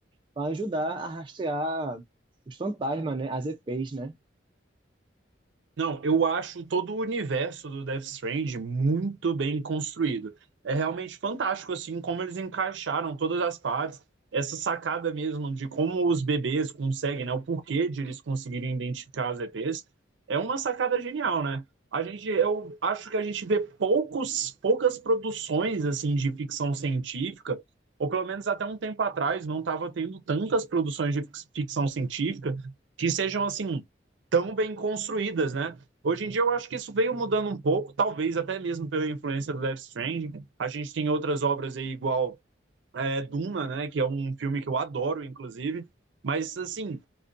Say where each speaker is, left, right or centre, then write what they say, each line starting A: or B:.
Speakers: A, on the right; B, on the right.
A: para ajudar a rastrear os fantasmas, né? As EPs, né?
B: Não, eu acho todo o universo do Death Stranding muito bem construído. É realmente fantástico, assim, como eles encaixaram todas as partes. Essa sacada mesmo de como os bebês conseguem, né? O porquê de eles conseguirem identificar as EPs é uma sacada genial, né? A gente, eu acho que a gente vê poucos, poucas produções, assim, de ficção científica, ou pelo menos até um tempo atrás não estava tendo tantas produções de fic- ficção científica que sejam, assim, tão bem construídas, né? Hoje em dia eu acho que isso veio mudando um pouco, talvez até mesmo pela influência do Death Stranding. A gente tem outras obras aí igual é, Duna, né? Que é um filme que eu adoro, inclusive. Mas assim,